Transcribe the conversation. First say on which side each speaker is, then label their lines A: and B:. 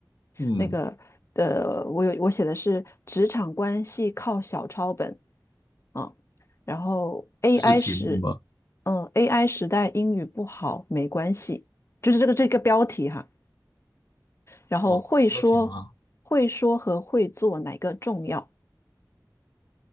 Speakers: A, on the left; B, on the left.
A: 嗯，
B: 那个呃，我有我写的是职场关系靠小抄本啊，然后 AI
A: 这是题目吗？
B: 时，嗯，AI 时代英语不好没关系，就是这个这个标题哈。然后会说、
A: 哦，标题吗？
B: 会说和会做哪个重要？